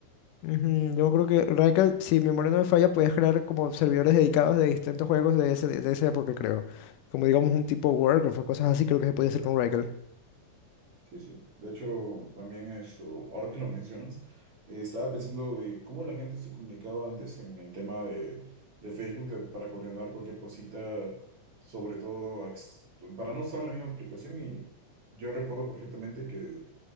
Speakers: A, on the left; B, on the right.
A: Ujú, Yo creo que Radical, si mi memoria no me falla, podías crear como servidores dedicados de distintos juegos de, ese, de esa época, creo. Como digamos un tipo Warcraft o cosas así, creo que se podía hacer con Radical.
B: Sí, sí. De hecho, también esto, ahora que lo mencionas, eh, estaba pensando de cómo la gente se comunicaba antes en el tema de, de Facebook de- para coordinar cualquier cosita, sobre todo ex- para no usar la misma aplicación. Y yo recuerdo perfectamente que